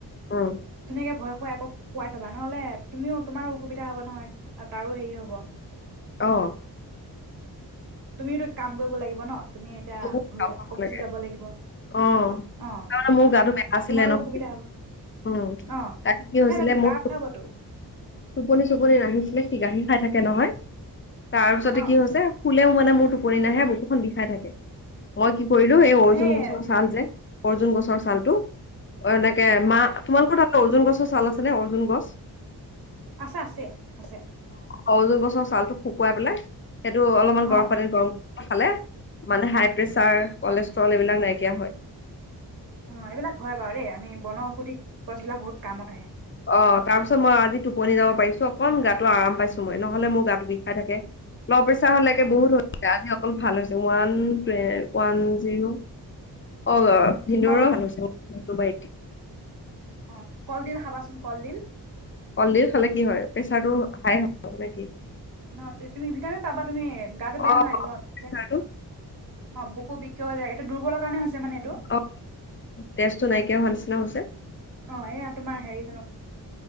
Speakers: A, on the left; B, on the right.
A: উম
B: ধুনীয়াকে ভয় শুৱাই আকৌ শুকুৱাই থ'বা নহ'লে তুমিও, তোমাৰো অসুবিধা হ'ব নহয়, তাৰো হেৰি হ'ব।
A: অ'।
B: তুমিয়োটো কাম কৰিব লাগিব ন? তুমি এতিয়া
A: ময়ো
B: ঘূৰি
A: চাউল খাব
B: অফিচো
A: লাগে
B: যাব লাগিব,
A: অ
B: অ',
A: তাৰমানে মোৰ
B: তো-তোমাৰো
A: গাটো বেয়া আছিলে নহয়
B: অসুবিধা হ'ব
A: উম
B: অ',
A: কালি কি হৈছিলে
B: <unintelligible>
A: মোৰ
B: গা বেয়া হ'বতো।
A: টোপনি, চোপনি নাহিছিলে, সি গাখীৰ খাই থাকে নহয়। তাৰপিছতে
B: অ
A: কি হৈছে? শুলেও মানে মোৰ টোপনি নাহে, বকুখন বিষাই থাকে। মই কি কৰিলোঁ,
B: অ
A: এই অৰ্জুন
B: সেই
A: গছৰ ছাল যে অৰ্জুন গ ছৰ চালটো অ', এনেকে
B: অ
A: মা তোমালোকৰ তাত অৰ্জুন গছৰ ছাল আছে নে অৰ্জুন গছ?
B: আছে আছে আছে।
A: অজুন গছৰ ছালটো শুকুৱাই পেলাই সেইটো অলপমান
B: অ
A: গৰম পানীত গৰম কৰি খালে মানে হাই প্ৰেচাৰ কলেষ্ট্ৰল এইবাক নকা দিয়া হয়।
B: অ এইবিলাক হয় বাৰু দেই আমি বনঔষধি গছ বিলাক বহুত কামত আহে।
A: অ তাৰ পিছত মই আজি টোপনি যাব পাৰিছো অকন গাটো আৰাম পাইছো মই নহ'লে মোৰ গাটো বিষ খাই থাকে। ল' প্ৰেছাৰ হলেকে
B: অ
A: বহুত হৈছে আজি অকল ভাল হৈছে ওৱান ওৱান জিৰ' অ অ ভিন্দুৰও
B: কল
A: ভাল হৈছে। ডুবাই।
B: অ। কলডিল খাবাচোন কলডিল।
A: কলডিল খালে কি হয়, প্ৰেচাৰটো হাই হয় নে কি?
B: ন তুমি ভিটামিন পাবা তুমি গাটো বেয়া
A: অ
B: নালাগিব
A: প্ৰেচাৰটো
B: যে, অ' বুকু বিষ। কিয় যায়, এইটো দুৰ্বলৰ কাৰণে হৈছে।
A: অ'
B: মানে এইটো
A: তেজটো নাইকিয়া হোৱাৰ নি। <inaudible>
B: অ' এইয়া তোমাৰ হেৰি জানো